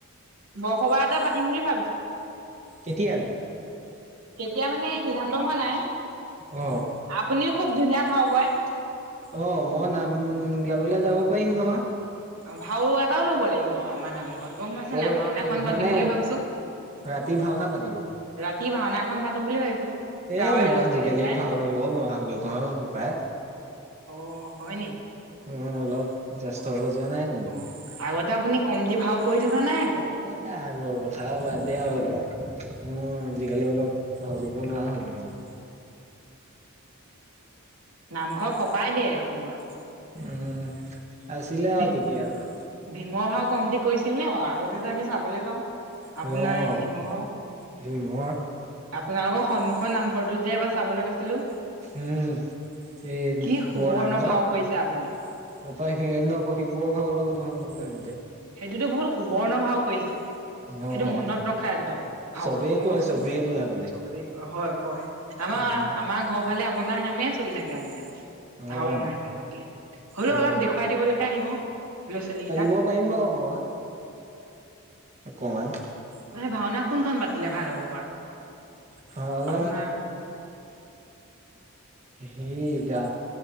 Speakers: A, on the right (about 85°); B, on the right (about 30°).
A: বসবাহ এটা পাতিম বুলি ভাবিছো
B: কেতিয়ালে
A: কেতিয়া মানে সিদ্ধান্ত হোৱা নাই
B: অঁ
A: আপুনি খুব ধুনীয়া ভাও কয়
B: অ মই নাম গাবলৈ যাব পাৰিম নহয়
A: অ ভাও এটাও লব লাগিব আমাৰ নামখত গম পাইছে
B: অ
A: না ভাওনাখন পাতিম
B: মানে
A: বুলি ভাবিছো
B: ৰাতি ভাওনা পাতিব
A: ৰাতি ভাওনা এখন পাতো বুলি ভাবিছো গাঁৱৰে
B: এ মই
A: ল'ৰা
B: আজিকালি
A: ছোৱালী কেইটাই
B: ভাল লব নোৱাৰা হলো তহ মোৰ পায়
A: অঁ হয় নি
B: অ অলপ জ্্ত হৈ যোৱা নাই জানো
A: অ আগতে আপুনি কম দি ভাও কৰি থকা নাই আকৌ
B: এ আৰ কথাও বাদ দিয় হ'ল উ আজিকালি অলপ ভিব নোৱাৰা হ'ল মানে
A: নামঘৰ কপাই দিয়ে এসময়ত
B: উম আৰু চিলা
A: ভী
B: আৰু তেতিয়া আৰু
A: ভীমৰ ভাও কমট কৰিছিল নে বাৰু আগতে যে আমি চাবলৈ যাওঁ আপোন
B: অ',
A: নাই ভীম ভও
B: ভীমৰ
A: আপোনালোকৰ সন্মুখৰ নামঘৰটোো যে এবাৰ চাবলৈ গৈছিলো
B: উম এই
A: কি সুবৰ্ণ
B: বৰ নামঘৰ
A: ভাও
B: তাৰ
A: কৰিছে আপুনি
B: পৰাৰা হিৰণ্য কশিপুৱা ভাওল ধৰ আগতে
A: সেইটোতো বহুত সুবৰ্ণ ভাও কৰিছে সেইটো
B: অ',
A: মনত ৰখা একদম ভাওটো
B: চবেই
A: মই
B: কয়,
A: কৈছো
B: চবেই
A: নয়
B: কয় আগলে।
A: চবেই ক হয় কয় আমাৰ
B: উম।
A: আমাৰ ঘৰ ভাললে আৱনাৰ নামে চলি থাকে আজিকালি
B: অ',
A: ভও নাইখন পালে হ'লেও
B: অ',
A: অলপ দেখুৱাই দিবলৈকে আহিব ল'ৰা ছোৱালীকেইটাক
B: ক' পম বাৰু মই অকমান
A: সেই ভাওনা কোনখন পাতিলে ভাল হ'ব বাৰু
B: ভাল
A: আপোনাৰ
B: সেই ৰা